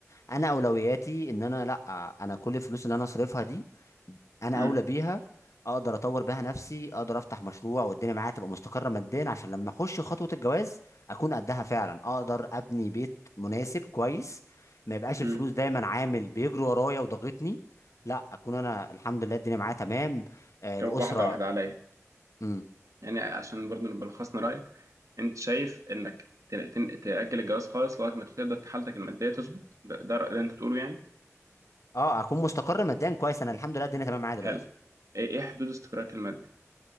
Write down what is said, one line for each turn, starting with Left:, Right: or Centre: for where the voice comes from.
Left: انا اولوياتي ان انا لا انا كل الفلوس اللي انا اصرفها دي انا
Right: امم
Left: اولى بيها اقدر اطور بيها نفسي اقدر افتح مشروع والدنيا معايا تبقى مستقره ماديا عشان لما اخش خطوه الجواز اكون قدها فعلا اقدر ابني بيت مناسب كويس ما يبقاش الفلوس
Right: امم
Left: دايما عامل بيجري ورايا وضاغطني لا اكون انا الحمد لله الدنيا معايا تمام آه
Right: طب
Left: الاسره
Right: واحده واحده عليا
Left: امم
Right: يعني عشان برضه نبقى لخصنا رأيك انت شايف انك ت- تن- تأجل الجواز خالص لغاية ما تقدر حالتك المادية تظبط ده, ده رأي- اللي انت بتقوله يعني
Left: اه اكون مستقر ماديا كويس انا الحمد لله الدنيا تمام معايا دلوقتي
Right: حلو ايه إيه حدود استقرارك المادي